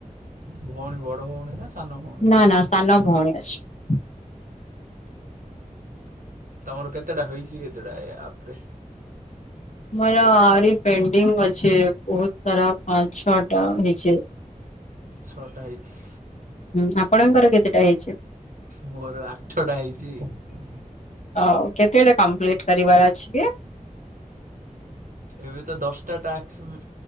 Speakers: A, on the right; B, on the left.
A: ଭଉଣୀ ବଡ ଭଉଣୀ ନା? ସାନ ଭଉଣୀ ତମର?
B: ନା ନା ସାନ ଭଉଣୀ ଅଛି।
A: ତମର କେତେଟା ହେଇଛି କେତେଟା ଏ ଆପରେ।
B: ମୋର ଆରି ପେଣ୍ଡିଙ୍ଗ ଅଛେ ବହୁତ ସାରା ପାଞ୍ଚ ଛଅଟା ହେଇଛେ
A: ଛଅଟା ହେଇଚି।
B: ହୁଁ ଆପଣଙ୍କର କେତେଟା ହେଇଚି?
A: ମୋର ଆଠ ଟା ହେଇଚି ଇ
B: ହଉ କେତେଟା କମ୍ପ୍ଲିଟ କରିବାର ଅଛି କି?
A: ଏବେ ତ ଦଶଟା ଟା ଟାସ୍କ